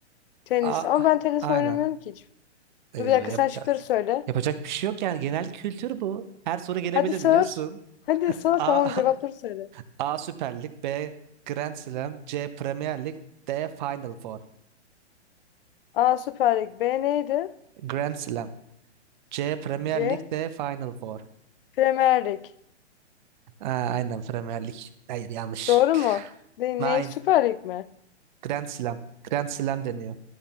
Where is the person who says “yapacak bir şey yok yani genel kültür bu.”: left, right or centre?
Right